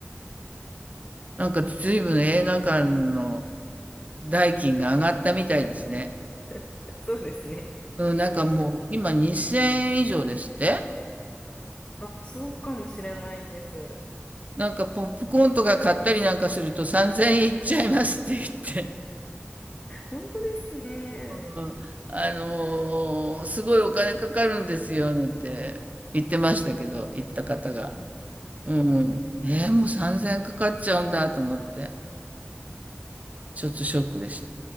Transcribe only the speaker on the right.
なんか随分映画館の代金が上がったみたいですね。
うん、なんかもう今2000円以上ですって
なんかポップコーンとか買ったりなんかすると3000円いっちゃいますって言って、
<laughs> あのーすごいお金かかるんですよなんて言ってましたけど、言った方が。
うん。
えーもう3000円かかっちゃうんだと思って、ちょっとショックでした。